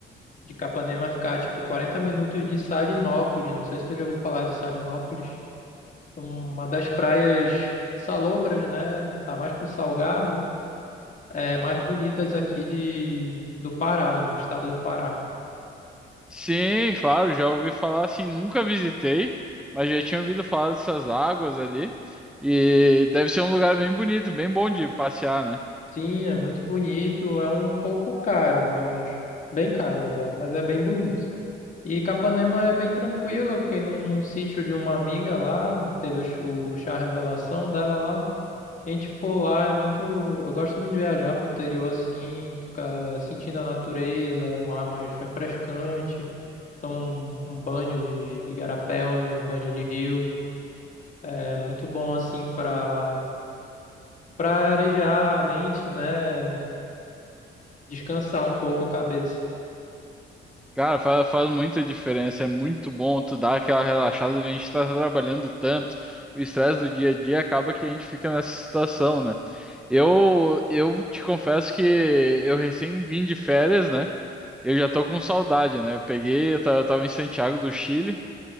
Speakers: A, on the left; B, in the centre.
A: de Capanema ficar tipo 40 minutos de Salinópolis. Não sei se tu já ouviu falar de Salinópolis. Uma das praias salobras, né? Tá mais pro Salgado. É mais bonitas aqui de do Pará, do estado do Pará.
B: Sim, claro, já ouvi falar assim, nunca visitei, mas já tinha ouvido falar dessas águas ali. E deve ser um lugar bem bonito, bem bom de passear, né?
A: Sim, é muito bonito. É um pouco caro, mas bem caro na verdade, mas é bem bonito. E Capanema é bem tranquilo, eu fiquei num, num sítio de uma amiga lá, teve o, ch- o chá revelação dela lá. A gente ficou lá, é muito. Eu gosto muito de viajar pro interior assim, tu fica sentindo a natureza, um ar mais refrescante, toma um, um banho de, de igarapé, um banho de rio. É muito bom assim pra, pra arejar a mente, né? Descansar um pouco a cabeça.
B: Cara, faz, faz muita diferença. É muito bom tu dar aquela relaxada. A gente tá trabalhando tanto, o estresse do dia a dia acaba que a gente fica nessa situação, né? Eu, eu te confesso que eu recém vim de férias, né? Eu já tô com saudade, né? Eu peguei, eu tava, eu tava em Santiago do Chile.